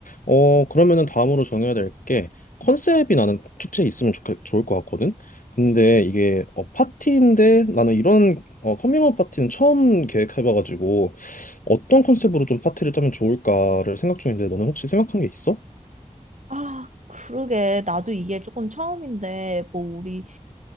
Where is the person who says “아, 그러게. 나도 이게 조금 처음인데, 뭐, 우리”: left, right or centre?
Right